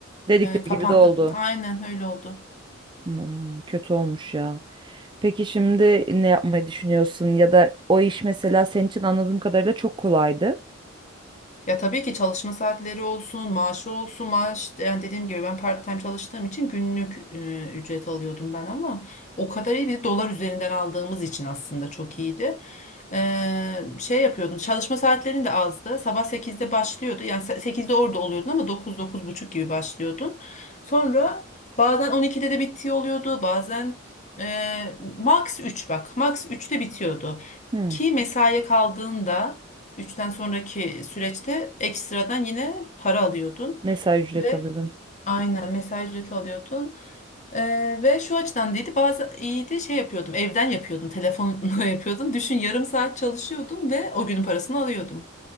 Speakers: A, on the right (about 25°); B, on the left (about 35°).
A: Dedikleri
B: e, kapandı.
A: gibi de oldu.
B: Aynen öyle oldu.
A: Hmm, kötü olmuş ya. Peki şimdi ne yapmayı düşünüyorsun? Ya da o iş mesela senin için anladığım kadarıyla çok kolaydı.
B: Ya tabii ki çalışma saatleri olsun, maaşı olsun, maaş yani dediğim gibi ben part-time çalıştığım için günlük e, ücret alıyordum ben ama o kadar iyi bir dolar üzerinden aldığımız için aslında çok iyiydi. Ee, şey yapıyordun. Çalışma saatlerin de azdı. Sabah sekizde başlıyordu. Yani se- 8'de orada oluyordun ama dokuz dokuz buçuk gibi başlıyordun. Sonra bazen 12'de de bittiği oluyordu. Bazen e, max 3 bak. Max üçte bitiyordu.
A: Hmm.
B: Ki mesaiye kaldığında üçten sonraki süreçte ekstradan yine para alıyordun.
A: Mesai ücret
B: ve
A: alıyordun.
B: Aynen mesaj ücreti alıyordun. Ee, ve şu açıdan değildi bazı iyiydi şey yapıyordum evden yapıyordum telefonla <laughs> yapıyordum. Düşün yarım saat çalışıyordum ve o günün parasını alıyordum.